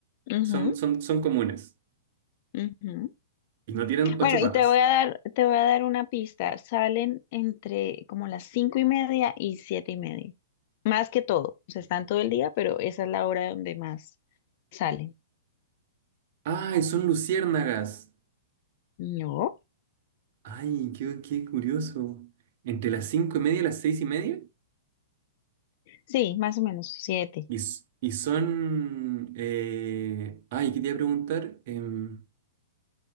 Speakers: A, on the left; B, on the right.
A: Ujú.
B: Son, son, son comunes.
A: Ujú.
B: Y no tienen ocho
A: Bueno,
B: patas.
A: y te voy a dar, te voy a dar una pista. Salen entre como las cinco y media y siete y media. Más que todo. O sea, están todo el día, pero esa es la hora donde más salen.
B: ¡Ay, son luciérnagas!
A: No.
B: Ay, qué, qué curioso. Entre las cinco y media y las seis y media.
A: Sí, más o menos siete.
B: Y, s- y son. eh, ay, quería preguntar. em,